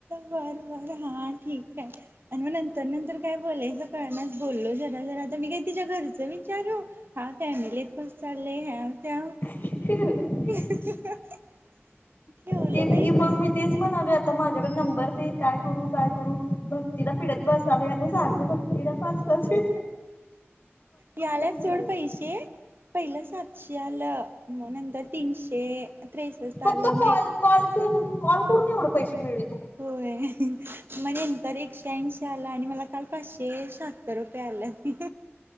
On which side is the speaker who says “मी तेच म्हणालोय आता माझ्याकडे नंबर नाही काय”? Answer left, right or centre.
Left